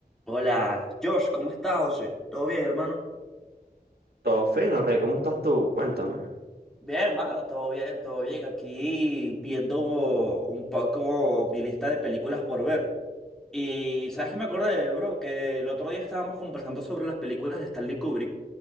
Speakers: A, in the centre; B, on the right.
A: Hola, Josh, ¿cómo estás, José? ¿Todo bien, hermano?
B: Todo fino, Rey, ¿cómo estás tú? Cuéntame.
A: Bien, hermano, todo bien, todo bien. Aquí viendo un poco mi lista de películas por ver. Y ¿sabes qué me acordé, bro? Que el otro día estábamos conversando sobre las películas de Stanley Kubrick